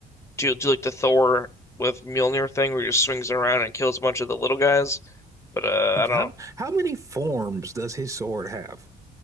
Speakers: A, on the left; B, on the right.
A: do do like the Thor with Mjolnir thing where he just swings it around and kills a bunch of the little guys. But uh,
B: Like,
A: I don't.
B: how how many forms does his sword have?